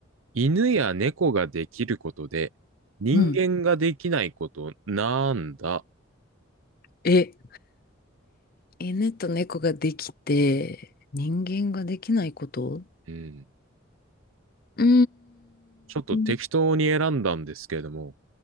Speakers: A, on the right; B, on the left.
A: 犬や猫ができることで、人間ができないこと、
B: うん。
A: なんだ
B: え、犬と猫ができて、人間ができないこと
A: うん。
B: うー
A: ちょっと適当に選んだんですけれども、
B: ん。